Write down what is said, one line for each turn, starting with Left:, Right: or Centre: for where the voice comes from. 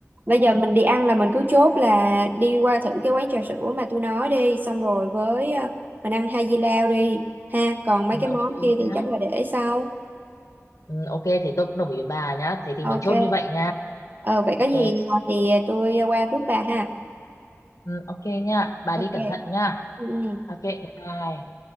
Right: Bây giờ mình đi ăn là mình cứ chốt là Đi qua thử cái quán trà sữa mà tôi nói đi Xong rồi với ờ, Mình ăn hai dưa lao đi ha Còn mấy
Left: ừ
Right: cái món
Left: ok
Right: kia
Left: nhá
Right: thì chắc là để sau
Left: ừ, ok thế tôi cũng đồng ý với bà nhá thế thì
Right: Ok
Left: mình chốt như vậy nha
Right: Ờ vậy
Left: ok
Right: có gì thì ờ, tôi qua rước bà ha
Left: Ừ, ok nha. Bà
Right: Ok
Left: đi cẩn thận nha.
Right: Ừ. ừ.
Left: Ok, bye bye.